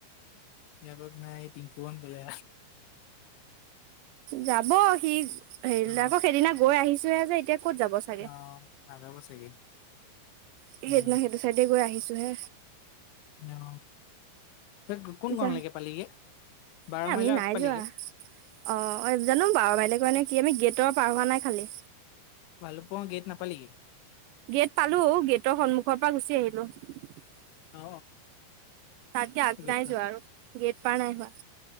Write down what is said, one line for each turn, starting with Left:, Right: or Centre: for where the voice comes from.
Left: বিয়াকক নাই তিমফুমান গ'লে
Right: যাব সি হেৰি
Left: অ
Right: আকৌ সেইদিনা গৈ আহিছোহে যে এতিয়া ক'ত যাব চাগে
Left: অ' নাজাব চাগে।
Right: সেইদিনা
Left: উম
Right: সেইটো চাইডে গৈ আহিছো হে।
Left: অ ত কোনখন
Right: যা
Left: লাগে পালিগে বাৰ
Right: এ
Left: মাইলৰ
Right: আমি নাই
Left: আগ পালেগে।
Right: যোৱা অ অ জানো বাৰু বাইলেগ মানে কি আমি গেটৰ পাৰ হোৱা নাই খালি
Left: ভালু প গেত ন পালকি
Right: গেট পালো গেটৰ সন্মুখৰ পৰা গুচি আহিলো। তাত
Left: অ
Right: গে আগদাই
Left: অ গেট
Right: যোৱা আৰু গেট পাৰ নাই হোৱা